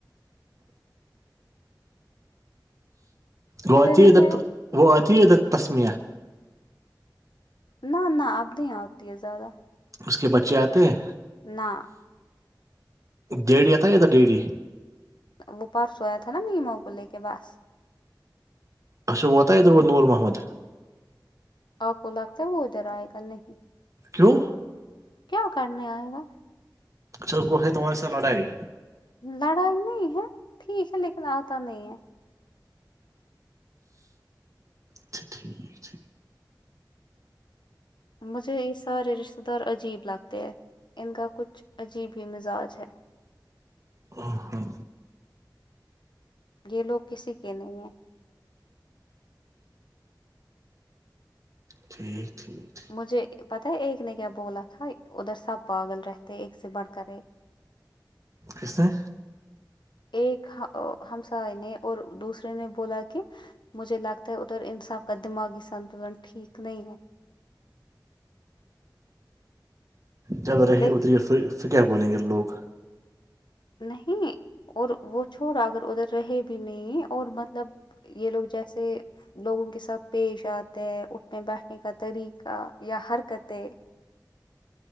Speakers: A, on the right; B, on the left.
A: وہ
B: ادھر
A: آتی
B: رہتا
A: ہےد
B: ہے
A: وہ آتی ہے د تسمں
B: نہ نہ اب نہیں ہوتی ہے زیادہ
A: اس کے بچے آتے ہیں
B: نہ
A: ڈیریی آ تھا ہے یاد ڈیریی
B: وہ پرسوں آیا تھا نا میما کو لے کے بس
A: اچھ واتا ایدر ب نور محمد
B: آپ کو لگتا ہے وہ ا ڈر آئے گا نہیں
A: کیوں
B: کیا کرنے آئے گا
A: اچھا کو ہے تمہارے سا لڑائی
B: لڑائی نہیں ہے ٹھیک ہے لیکن آتا نہیں ہے
A: اچھا ٹھیک ھ
B: مجھے یہ سارے رشتے سدھر عجیب لگتے ہے ان کا کچھ عجیب ہی مزاج ہے
A: ہ ہاں
B: یہ لوگ کسی کے نہیں ہیں
A: ٹھیک ٹھیک
B: مجھے پتاہ ہے ایک نے کیا بولا تھا ادھر سب پاگل رہتے ایک سے بڑھ کر ایک
A: اسس ہیں
B: ایک ہمسائے نے اور دوسرے نے بولا کہ مجھے لگتا ہے ادھر انسا کا دماغی سنتولن ٹھیک نہیں ہے
A: جب
B: ہے
A: رہے
B: لیکن
A: اتری پھر پھر کیا بولیں گے لوگ
B: نہیں اور وہ چھوڑا اگر ادھر رہے بھی نہیں اور مطلب یہ لوگ جیسے لوگوں کے ساتھ پیش آتے ہیں اٹھنے بیٹھنے کا طریقہ یا حرکتیں